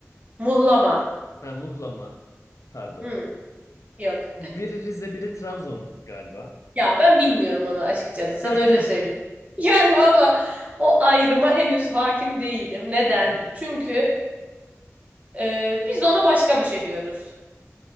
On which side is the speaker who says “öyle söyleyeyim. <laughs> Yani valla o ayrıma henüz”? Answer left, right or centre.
Right